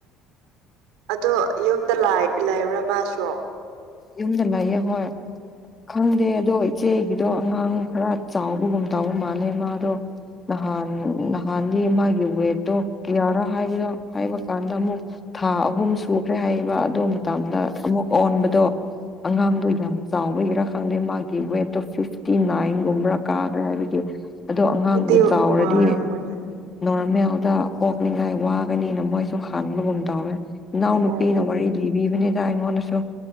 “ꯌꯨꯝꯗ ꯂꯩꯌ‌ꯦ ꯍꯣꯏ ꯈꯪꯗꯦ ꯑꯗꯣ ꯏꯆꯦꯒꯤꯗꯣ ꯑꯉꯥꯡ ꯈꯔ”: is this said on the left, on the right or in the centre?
Left